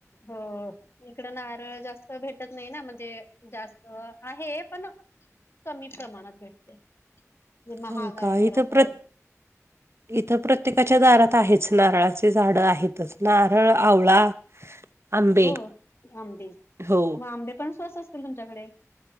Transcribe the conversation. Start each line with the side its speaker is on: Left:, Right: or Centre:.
Left: हो. इकडं नार जास्त भेटत नाही ना म्हणजे जास्त आहे पण कमी प्रमाणात भेटते म्हे महाग
Right: हो
Left: आहे
Right: का इथं
Left: जरा थोडं.
Right: प्र इथं प्रत्येकाच्या दारात आहेच नारळाचे झाड आहेत. तस नारळ
Left: हा
Right: आवळा. आंबे
Left: हो आंब मग
Right: हो
Left: आंबे पण स्वस्त असतील तुमच्याकडे.